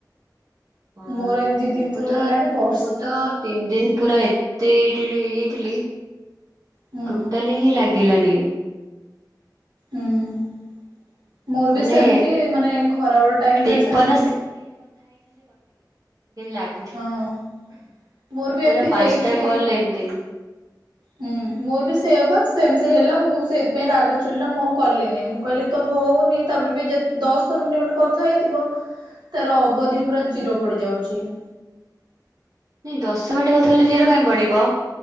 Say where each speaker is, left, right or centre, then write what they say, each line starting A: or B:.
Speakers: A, on the right; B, on the right.
A: ହଁ
B: ମୋର ଏମିତି ତିନିଥର
A: ମୁଁ ତ
B: ହେଲାଣି ବର୍ଷା
A: ମୁଁ ତ ତିନି ଦିନ ପୁରା ଏତେ ଇରିଟେଡ ହେଇଯାଇଥିଲି।
B: ହୁଁ
A: ଟୋଟାଲି ହିଁ ଲାଗିଲାନି।
B: ହୁଁ। ମୋର
A: ମାନେ
B: ବି ସେମିତି ମାନେ ଖରାବେଳ ଟାଇମ
A: ତେପନ
B: ରେ ସେମିତି
A: କେମତି ଲାଗୁଥିବ।
B: ହଁ ମୋର ବି ଏମିତି
A: ପୁରା ପାଞ୍ଚଟା
B: ହେଇଛି
A: କଲ ଏମତି ବି।
B: ହୁଁ ମୋର ବି ସେଇଆ ପା ସେମିତି ହେଲା ମୁଁ ସେଇଥିପାଇଁ ରାଗ ଚିଢ଼ିଲା ମୁଁ ଆଉ କଲିନି। ମୁଁ କହିଲି ତ ହଉନି ତାପରେ ବି ଯେ ଦଶ ମିନିଟ ଗୋଟେ କଥା ହେଇଥିବ। ତାର ଅବଧି ପୁରା ଜିରୋ ପଡିଯାଉଚି। <inaudible>
A: ନାଇଁ ଦଶ ମିନିଟ୍ କଥା ହେଲେ ଜିରୋ କାଇଁ ପଡିବ?